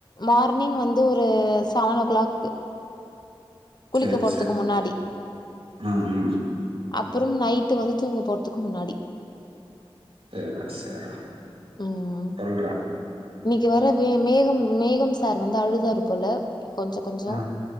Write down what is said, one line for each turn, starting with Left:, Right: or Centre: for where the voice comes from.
Left: மார்னிங் வந்து ஒரு செவன் ஓ கிளாக்கு குளிக்க
Right: சேரி
Left: போறதுக்கு
Right: சேரி
Left: முன்னாடி
Right: ம் ம்
Left: அப்புறம் நைட்டு வந்து தூங்க போறதுக்கு முன்னாடி
Right: சேர்ரா சேரா
Left: ம்
Right: சொல்றா
Left: இன்னைக்கு வர மேகம் மேகம் சார் வந்து அழுதார் போல கொஞ்சோ கொஞ்சோ
Right: ஆ